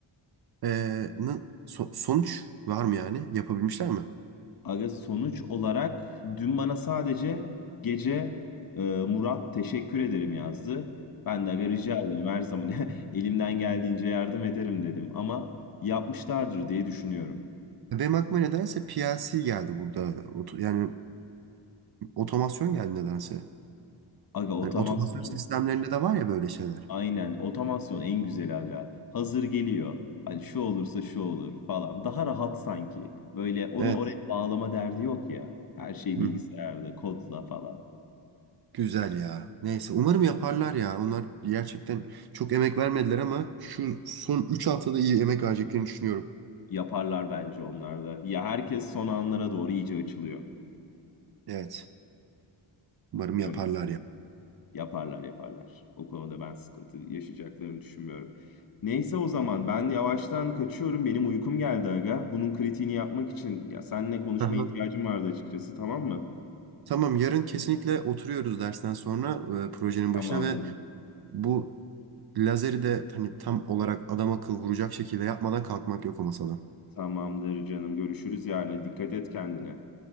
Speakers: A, on the right; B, on the left.
A: Ee, na- so- sonuç var mı yani? Yapabilmişler mi?
B: Aga sonuç olarak dün bana sadece gece e, Murat teşekkür ederim yazdı. Ben de aga rica ederim her zaman <laughs> elimden geldiğince yardım ederim dedim. Ama yapmışlardır diye düşünüyorum.
A: Benim aklıma nedense PLC geldi burada. Oto- yani otomasyon geldi nedense.
B: Aga
A: Hani
B: otomasyon
A: otomasyon sistemlerinde de var ya böyle şeyler.
B: aynen otomasyon en güzeli aga. Hazır geliyor. Hani şu olursa şu olur falan. Daha rahat sanki. Böyle onu
A: Evet.
B: oraya bağlama derdi yok ya. Her şey
A: Hı
B: bilgisayarda
A: hı.
B: kodla falan.
A: Güzel ya. Neyse umarım yaparlar ya. Onlar gerçekten çok emek vermediler ama şu son 3 haftada iyi emek vereceklerini düşünüyorum.
B: Yaparlar bence onlar da. Ya herkes son anlara doğru iyice açılıyor.
A: Evet. Umarım
B: Öyle.
A: yaparlar
B: Hmm.
A: ya.
B: Yaparlar yaparlar. O konuda ben sıkıntı yaşayacaklarını düşünmüyorum. Neyse o zaman ben yavaştan kaçıyorum. Benim uykum geldi aga. Bunun kritiğini yapmak için ya seninle konuşmaya
A: Aha.
B: ihtiyacım vardı açıkçası tamam mı?
A: Tamam yarın kesinlikle oturuyoruz dersten sonra e, projenin
B: Tamamdır.
A: başına ve bu lazeri de hani tam olarak adam akıl vuracak şekilde yapmadan kalkmak yok o masadan.
B: Tamamdır canım. Görüşürüz yarına. Dikkat et kendine.